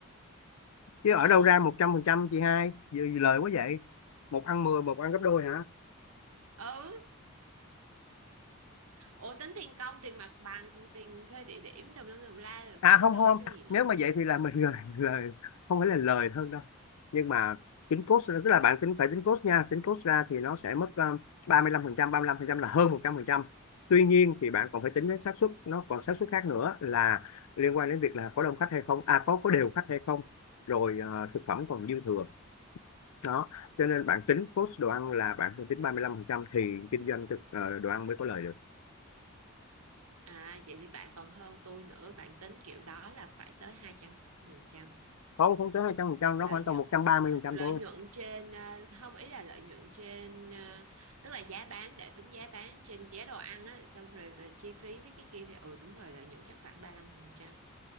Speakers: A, on the left; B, on the right.
A: chứ ở
B: ờ
A: đâu ra 100 phần trăm chị hai giờ lời quá vậy một ăn mười một ăn gấp đôi
B: ừ, ủa tính tiền công, tiền mặt bằng, tiền thuê địa điểm tùm lum tùm la rồi
A: à
B: phải gấp
A: không
B: đôi
A: không
B: chứ gì nữa.
A: nếu mà vậy thì là mình <laughs> lời lời không phải là lời hơn đâu nhưng mà tính cost tức là bạn tính phải tính cost nha tính cost ra thì nó sẽ mất um, ba mươi lăm phần trăm ba mươi lăm phần trăm là hơn một trăm phần trăm tuy nhiên thì bạn còn phải tính đến xác suất nó còn xác suất khác nữa là liên quan đến việc là có đông khách hay không à có có đều khách hay không rồi ờ, thực phẩm còn dư thừa đó cho nên bạn tính cost đồ ăn là bạn phải tính 35% thì kinh doanh thực ờ, đồ ăn mới có lời được
B: À vậy thì bạn còn hơn tôi nữa, bạn tính kiểu đó là phải tới 200%
A: không không tới 200%, nó
B: lợi
A: khoảng
B: nhuận.
A: tầm một trăm ba mươi phần trăm
B: Lợi
A: thôi
B: nhuận trên à, không ý là lợi nhuận trên à, tức là giá bán để tính giá bán trên giá đồ ăn á xong rồi về chi phí mấy cái kia thì ừ đúng rồi lợi nhuận chắc khoảng ba lăm phần trăm